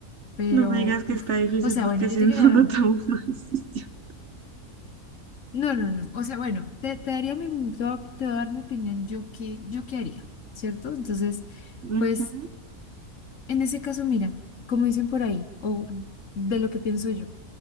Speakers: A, on the left; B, on the right.
A: Pero,
B: No me digas que
A: uff,
B: está difícil
A: o sea,
B: porque
A: bueno, yo
B: si
A: te
B: no,
A: quería,
B: no tomo una decisión.
A: no, no, no, o sea, bueno, te, te daría mi, te voy a te voy a dar mi opinión, yo qué, yo qué haría, ¿cierto? Entonces,
B: Ujú,
A: pues, en ese caso, mira, como dicen por ahí, o de lo que pienso yo.